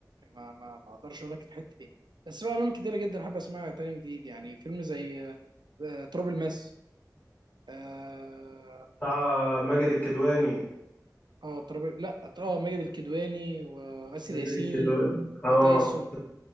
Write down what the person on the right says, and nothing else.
ما ما ما اقدرش اقول لك الحته دي بس في افلام كتيره جدا حابب اسمعها تاني من جديد يعني فيلم زي آه، آه، تراب الماس اه
آه، تراب لا اه ماجد الكدواني واسر
ياسين
وتايسون